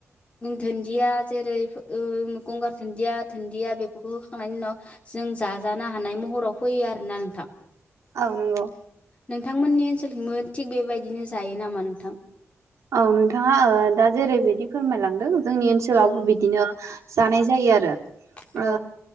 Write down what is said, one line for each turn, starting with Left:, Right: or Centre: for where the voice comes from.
Left: धोनदिया जेरै ओ गंगार धुन्दिया धोन्दिया बेफोरखौ होखांनायनि उनाव जों जाजानो हानाय महराव फैयो आरोना नोंथां।
Right: औ नंगौ।
Left: नोंथांमोननि ओनसोलथिंबो थिग बेबायदिनो जायो नामा नोंथां?
Right: औ नोंथाङा दा जेरैबायदि फोरमायलांदों जोंनि ओनसोलावबो
Left: औ
Right: बिदिनो जानाय जायो आरो।
Left: औ
Right: ओ